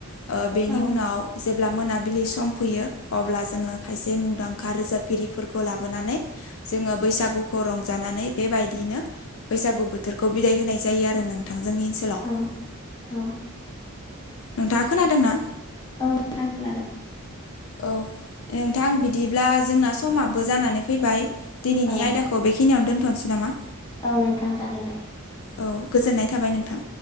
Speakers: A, on the left; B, on the left.
A: ओ बेनि
B: औ
A: उनाव जे ब्ला मोनाबिलि सम फैयो अब्ला जोङो खायसे मुंदांखा रोजाबगिरिफोरखौ लाबोनानै जोङो बैसागुखौ रंजानानै बेबायदियैनो बैसागु बोथोरखौ बिदाय होनाय जायो आरो नोंथां जोंनि ओनसोलाव।
B: औ औ
A: नोंथाङा खोनादोंना?
B: औ नोंथां खोनादों।
A: औ नोंथां बिदिब्ला जोंना समाबो जानानै फैबाय। दिनैनि
B: औ
A: आयदाखौ बेखिनियावनो दोनथ'नोसै नामा?
B: औ नोंथां जागोन दे।
A: औ गोजोननाय थाबाय नोंथां।